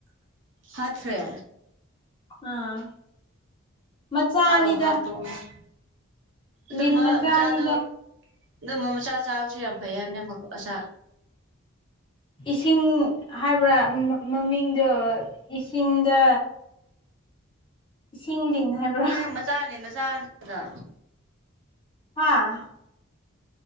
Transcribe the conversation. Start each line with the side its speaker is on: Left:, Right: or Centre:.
Right: ꯍꯥꯠꯈ꯭ꯔꯦ꯫
Left: ꯑꯥ ꯃꯆꯥꯅꯤꯗ꯫
Right: ꯍꯥꯠꯂꯣ ꯍꯥꯠꯇꯣꯛꯑꯣ ꯑꯗꯨꯝꯕ
Left: ꯂꯤꯟ ꯃꯆꯥꯅꯤꯗ
Right: ꯃꯆꯥꯗꯣ ꯑꯗꯨꯝꯕ ꯃꯆꯥ ꯆꯥꯕꯁꯨ ꯌꯥꯝ ꯐꯩ ꯍꯥꯏꯕꯅꯦ ꯑꯃꯛ ꯑꯆꯥ
Left: ꯏꯁꯤꯡ ꯍꯥꯏꯕ꯭ꯔꯥ ꯃꯃꯤꯡꯗꯣ ꯏꯁꯤꯡꯗ ꯏꯁꯤꯡ ꯂꯤꯟ ꯍꯥꯏꯕ꯭ꯔꯥ꯫
Right: ꯑꯦ ꯃꯆꯥꯅꯦ ꯅꯆꯥ <inaudible> ꯗ
Left: ꯍꯥꯥ꯫